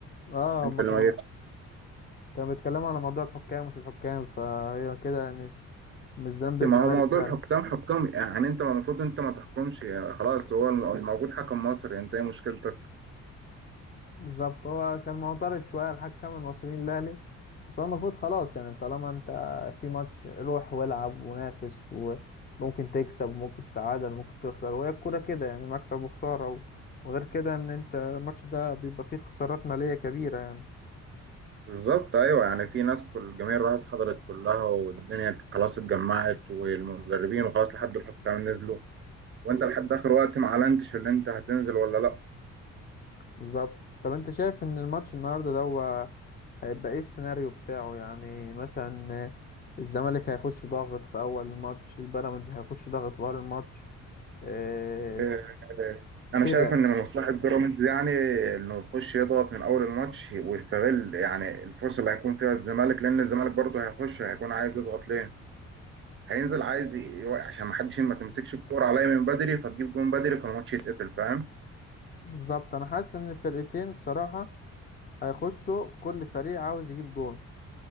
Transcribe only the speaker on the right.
أنت
اللي
ما جيتش
ما هو موضوع
الحكام حكام يعني أنت المفروض أنت ما تحكمش يعني خلاص هو الم- الموجود حكم مصري أنت إيه مشكلتك
بالظبط ايوه يعني في ناس كل الجماهير راحت حضرت كلها والدنيا خلاص اتجمعت والمدربين وخلاص لحد الحكام نزلوا وانت لحد اخر وقت ما اعلنتش اللي انت هتنزل ولا لا
إيه، انا
شايف
ان من مصلحه بيراميدز يعني انه يخش يضغط من اول الماتش ويستغل يعني الفرصه اللي هيكون فيها الزمالك لان الزمالك برضه هيخش هيكون عايز يضغط ليه هينزل عايز ي- يوقع عشان ما حدش ما تمسكش الكوره عليا من بدري فتجيب جون بدري فالماتش يتقتل فاهم